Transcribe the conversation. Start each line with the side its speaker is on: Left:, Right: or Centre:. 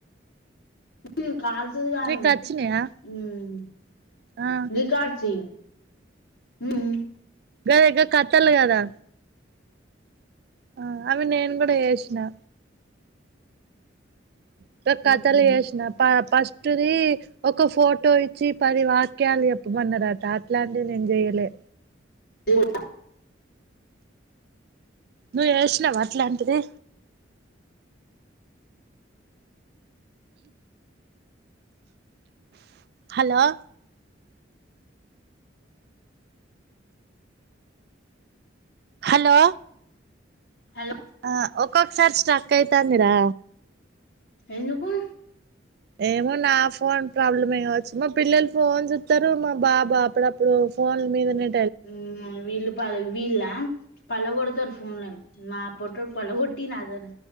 Left: హుహ్ కాల్స్ ది కాదు
Right: నీకు వచ్చినాయా
Left: హ్మ్
Right: ఆ
Left: రికార్డ్స్ యి హ్మ్
Right: గదే గా కథల్దే కదా. ఆ ఆమె నేన్ కూడా ఎస్ నా <unintelligible>
Left: ఉహు
Right: తుది ఒక ఫోటో ఇచ్చి పది వాక్యాలు చెప్పమన్నరట అట్లాంటివి నేను చేయలే
Left: ఊట
Right: నువ్వు చేసినవ అట్లాంటిది హలో హలో
Left: హలో
Right: ఆ ఒక్కొక్కసారి స్ట్రక్ అయితాందిరా
Left: ఎందుకు
Right: ఏమో నా ఫోన్ ప్రాబ్లమే కావచ్చు మా పిల్లలు ఫోన్ చూత్తరు మా బాబు అప్పుడప్పుడు ఫోన్ మీద నె
Left: హ్మ్ వీళ్ళు పాలి వీళ్లా పగలగొడతారు ఫోన్లని మా పొట్టోడు పలగొట్టి నాదని